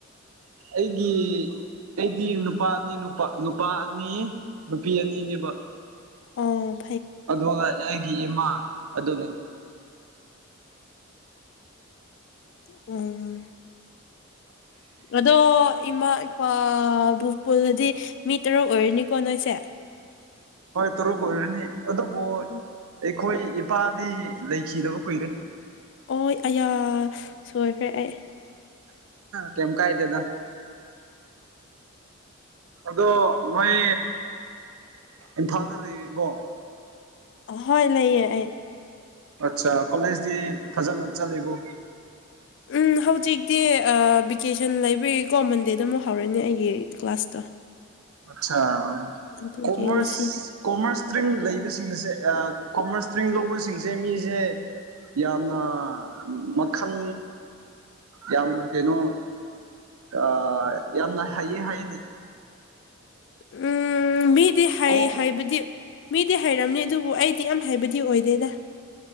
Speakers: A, on the right (about 80°); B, on the left (about 55°).
A: ꯑꯩꯒꯤ ꯑꯩꯗꯤ ꯅꯨꯄꯥ ꯑꯅꯤ ꯅꯨꯄꯥ ꯅꯨꯄꯥ ꯑꯅꯤ ꯅꯨꯄꯤ ꯑꯅꯤꯅꯦꯕ
B: ꯑꯣ ꯎꯝ
A: ꯑꯗꯨꯒ ꯑꯩꯒꯤ ꯏꯃꯥ ꯑꯗꯨꯅꯤ
B: ꯎꯝ ꯑꯗꯣ ꯏꯃꯥ ꯏꯄꯥꯕꯨ ꯄꯨꯜꯂꯗꯤ ꯃꯤ ꯇꯔꯨꯛ ꯑꯣꯏꯔꯅꯤꯀꯣ ꯅꯣꯏꯁꯦ
A: ꯍꯣꯏ ꯇꯔꯨꯛ ꯑꯣꯏꯔꯅꯤ ꯑꯗꯨꯕꯨ
B: ꯎꯝ
A: ꯑꯩꯈꯣꯏ ꯏꯄꯥꯗꯤ ꯂꯩꯈꯤꯗꯕ ꯀꯨꯏꯔꯦ
B: ꯑꯣ ꯑꯌꯥ ꯁꯣꯏꯈ꯭ꯔꯦ ꯑꯩ
A: ꯀꯝ ꯀꯥꯏꯗꯦꯗ ꯑꯗꯣ ꯅꯣꯏ ꯏꯝꯐꯥꯜꯗ ꯂꯩꯔꯤꯕꯔꯤꯀꯣ
B: ꯍꯣꯏ ꯂꯩꯌꯦ ꯑꯩ
A: ꯑꯠ ꯀꯣꯂꯦꯖꯇꯤ ꯐꯖꯅ ꯆꯠꯂꯤꯕꯨ
B: ꯎꯝ ꯍꯧꯖꯤꯛꯇꯤ ꯚꯦꯀꯦꯁꯟ ꯂꯩꯕꯒꯤꯀꯣ ꯃꯟꯗꯦꯗ ꯑꯃꯨꯛ ꯍꯧꯔꯅꯤ ꯑꯩꯒꯤ ꯀ꯭ꯂꯥꯁ
A: ꯑꯆꯥ
B: ꯑꯗꯨꯒꯤ
A: ꯀꯣꯃꯔꯁ
B: ꯉꯁꯤꯗꯤ
A: ꯀꯣꯃꯔꯁ ꯏꯁꯇ꯭ꯔꯤꯝ ꯂꯩꯕꯁꯤꯡꯁꯦ ꯀꯣꯃꯔꯁ ꯏꯁꯇ꯭ꯔꯤꯝ ꯂꯧꯕꯁꯤꯡꯁꯦ ꯃꯤꯁꯦ ꯌꯥꯝꯅ ꯃꯈꯜ ꯌꯥꯝꯅ ꯀꯩꯅꯣ ꯑ ꯌꯥꯝꯅ ꯍꯥꯏꯌꯦ ꯍꯥꯏꯌꯦꯅꯦ
B: ꯎꯝ ꯃꯤꯗꯤ ꯍꯥꯏꯌꯦ
A: ꯀꯣꯛ
B: ꯍꯥꯏꯕꯗꯤ ꯃꯤꯗꯤ ꯍꯩꯔꯝꯅꯤ ꯑꯗꯨꯕꯨ ꯑꯩꯗꯤ ꯌꯥꯝ ꯍꯩꯕꯗꯤ ꯑꯣꯏꯗꯦꯗ